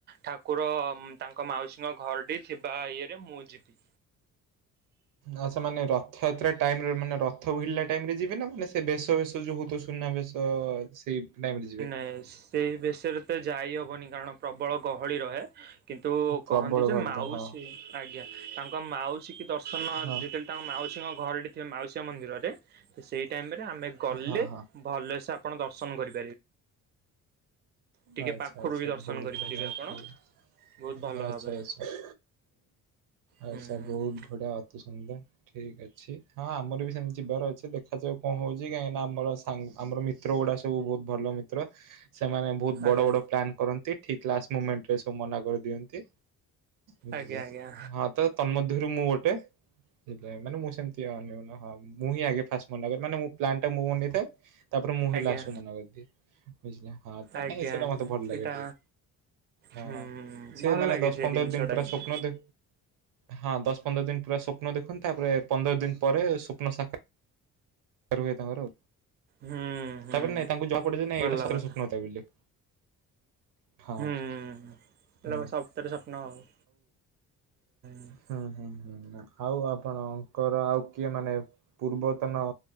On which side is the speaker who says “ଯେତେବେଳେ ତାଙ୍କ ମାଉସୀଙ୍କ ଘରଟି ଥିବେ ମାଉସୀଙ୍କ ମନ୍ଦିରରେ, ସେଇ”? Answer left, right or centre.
Right